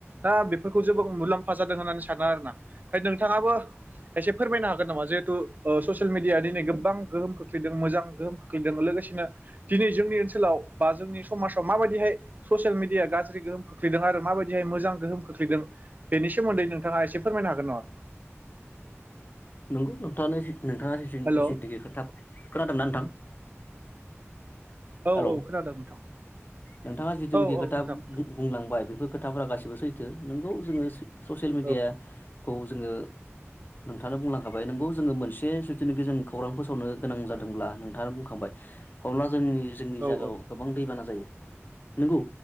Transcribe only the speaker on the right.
दा बेफोरखौ जेबो मुलाम्फा जादों होननानै सानो आरोना। ओमफ्राय नोंथाङाबो एसे फोरमायनो हागोन नामा जिहेतु ओ ससियेल मिडिया दिनै गोबां गोहोम खोख्लैदों मोजां गोहोम खोखैदों लोगोसे <unintelligible> दिनै जोंनि ओनसोलाव बा जोंनि समाजाव माबायदिहाय ससियेल मिडिया गाज्रि गोहोम खोख्लैदों आरो माबायदिहाय मोजां गोहोम खोख्लैदों बेनि सोमोन्दै नोंथाङा एसे फोरमायनो हागोन नङा?
हेल' औ
औ
औ खोनादों नोंथां
औ औ
नोंथां
औ
औ